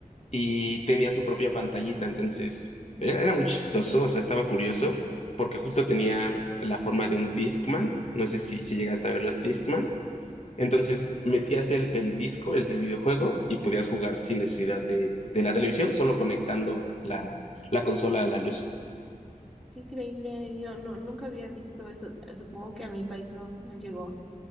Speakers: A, on the left (about 50°); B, in the centre.
A: y tenía su propia pantallita. Entonces era, era muy chistoso, o sea, estaba curioso porque justo tenía la forma de un Discman. No sé si, si llegaste a ver los Discmans entonces metías el, el disco, el, el videojuego, y podías jugar sin necesidad de, de la televisión, solo conectando la, la consola a la luz.
B: Qué increíble. Yo no, nunca había visto eso. Supongo que a mi país no, no llegó.